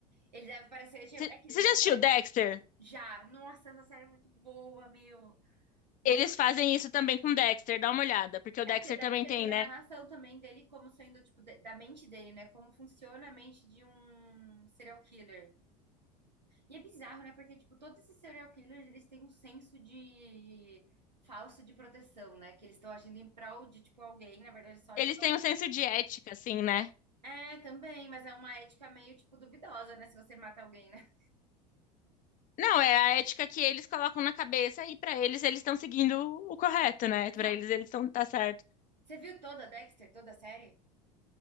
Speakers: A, on the right; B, on the left.
A: Ele deve parecer. tipo,
B: Você
A: É que ele
B: você
A: deve
B: já assistiu
A: parecer.
B: Dexter?
A: Já. Nossa, essa série é muito boa, meu. Meu
B: Eles fazem isso também com Dexter, dá uma olhada, porque o
A: É,
B: Dexter
A: porque Dexter
B: também tem,
A: tem
B: né?
A: a narração também dele como sendo, tipo, de- da mente dele, né? Como funciona a mente de um serial killer. E é bizarro, né? Porque, tipo, todos esses serial killers, eles têm um senso de falso de proteção, né? Que eles estão agindo em prol de, tipo, alguém, na verdade, só em
B: Eles
A: prol
B: têm
A: dele.
B: um senso de ética, assim, né?
A: É, também, mas é uma ética meio, tipo, duvidosa, né? Se você mata alguém, né?
B: Não, é a ética que eles colocam na cabeça e pra eles eles estão seguindo o correto, né?
A: <laughs> Exato.
B: Pra eles eles estão tá certo.
A: Você viu toda Dexter, toda a série?